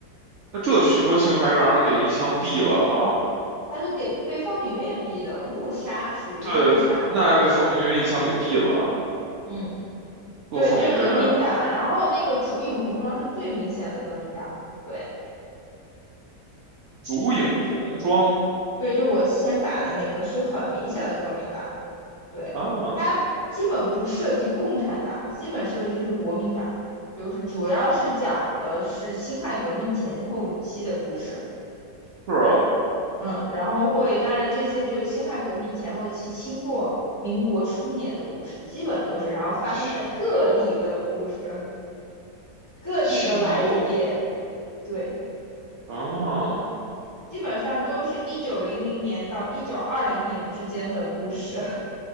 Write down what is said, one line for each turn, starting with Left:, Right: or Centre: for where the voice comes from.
Right: 那这徐伯清还让人给一枪毙了哈。
Left: 他是给被方敏岳逼的，误杀属于误杀，
Right: 对，那还被方明月一枪给毙了。
Left: 嗯，
Right: 这方明月，
Left: 对，这是革命党，然后那个竹影红妆是最明显的革命党，对
Right: 烛影红妆
Left: 对，就我之前打的那个是很明显的革命党。对，
Right: 啊，
Left: 它基本不涉及共产党，基本涉及是国民党，就是主要是讲的是辛亥革命前后期的故事。
Right: 是啊，
Left: 嗯，然后会，当然这些就是辛亥革命前后期、清末民国初年的故事，基本都是，然后发生在各地的故事，
Right: 清末
Left: 各地都来一遍。
Right: 清末明
Left: 对，
Right: 啊，
Left: 基本上都是一九零零年到一九二零年之间的故事。